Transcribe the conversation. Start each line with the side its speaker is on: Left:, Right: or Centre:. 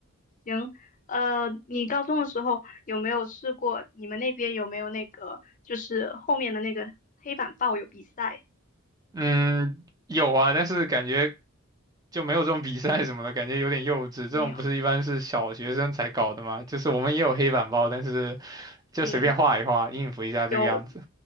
Left: 行，呃，你高中的时候有没有试过？你们那边有没有那个就是后面的那个黑板报有比赛？
Right: 嗯，有啊，但是感觉就没有这种比赛什么的，感觉有点幼稚。这种不是一般是小学生才搞的吗？
Left: 没有，
Right: 就是我们也有黑板报，但是就随便画一画，
Left: 嗯。
Right: 应付一下这个样子。
Left: 有，